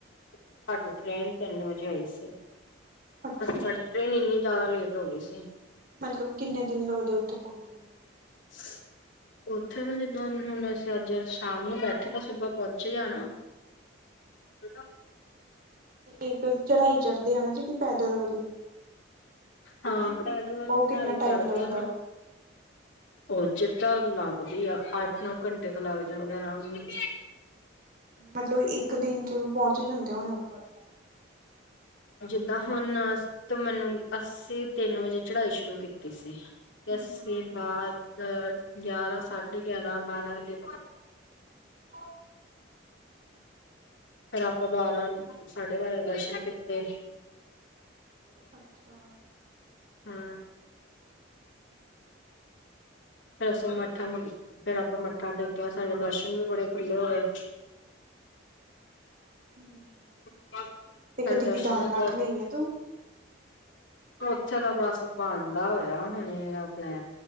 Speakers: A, on the left; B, on the right.
A: ਸਾਡੀ ਟ੍ਰੇਨ ਤਿੰਨ ਵਜੇ ਆਈ ਸੀ।
B: ਅੱਛਾ
A: ਅੱ ਸਾਡੀ ਟ੍ਰੇਨ ਇੰਨੀ ਜ਼ਿਆਦਾ ਲੇਟ ਹੋ ਗਈ ਸੀ।
B: ਮਤਲਬ ਕਿੰਨੇ ਦਿਨ ਲੱਗਦੇ ਉੱਥੇ ਪਹੁੰਚਣ ਨੂੰ?
A: ਹਾਂ। ਉੱਥੇ ਨਾ ਜਿੱਦਾਂ ਹੁਣ ਅਸੀਂ ਅੱਜ ਸ਼ਾਮ ਨੂੰ ਬੈਠੇ, ਤਾਂ ਸੁਬਾ ਪਹੁੰਚੇ ਜਾਣਾ। ਕਾ <unintelligible>
B: ਇੱਕ ਚੜਾਈ ਚੜ੍ਹਦੇ ਆ ਨਾ ਜਿਹੜੀ ਪੈਦਲ ਵਾਲੀ
A: ਹਾਂ
B: ਤੇ
A: ਪੈਦਲ
B: ਉਹ
A: ਚੜ੍ਹਾਈ
B: ਕਿੰਨਾ ਟਾਈਮ
A: ਚੜ੍ਹਦੇ
B: ਲੱਗਦਾ?
A: ਆਂ ਨਾ ਉਹ ਚੇ ਤਾਂ ਲੱਗਦੀ ਆ ਅੱਠ ਨੌ ਘੰਟੇ ਕ ਲੱਗ ਜਾਂਦੇ ਆਰਾਮ ਨੂੰ।
B: ਮਤਲਬ ਇੱਕ ਦਿਨ ਚ ਪਹੁੰਚ ਜਾਂਦੇ ਹੋਣੇ ਉੱਪਰ।
A: ਜਿੱਦਾਂ ਹੁਣ ਮੈਨੂੰ ਅੱਸੀ ਤਿੰਨ ਵਜੇ ਚੜ੍ਹਾਈ ਸ਼ੁਰੂ ਕੀਤੀ ਸੀ। ਏਆਸੀ
B: ਹੂੰ ਹੂੰ
A: ਬਾਅਦ ਅਹ ਗਿਆਰਾਂ ਸਾਢੇ ਗਿਆਰਾਂ, ਬਾਰਾਂ ਵਜੇ
B: ਕੋਨ?
A: ਫਿਰ ਆਪਾਂ ਬਾਰਾਂ, ਸਾਢੇ ਬਾਰਾਂ ਦਰਸ਼ਨ ਕਿ ਤੇ
B: ਅੱਛਾ।
A: ਹੂੰ ਫੇਰ ਅਸੀਂ ਮੱਠਾ, ਫੇਰ ਆਪਾ ਮੱਥਾ ਟੇਕਿਆ ਸਾਡੇ ਦਰਸ਼ਨ ਵੀ ਬੜੇ ਖੁੱਲ੍ਹੇ ਹੋਏ। <inaudible>
B: ਹੂੰ ਤੇ
A: ਹ
B: ਕਦੀ
A: ਦਰਸ਼ਸ਼ਨ,
B: ਕੇਦਾਰਨਾਥ
A: ਪਰ
B: ਗਈ ਆ ਤੂੰ?
A: ਉੱਥੇ ਤਾਂ ਬਸ ਬਣਦਾ ਹੋਇਆ ਹੁਣੇ, ਆਪਣੇ